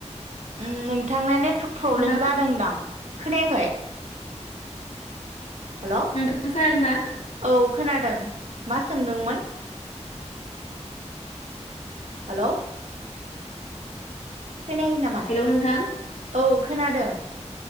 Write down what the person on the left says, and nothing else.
नोंथाङा
नोंथांजो आंना
हेलौ नोंथां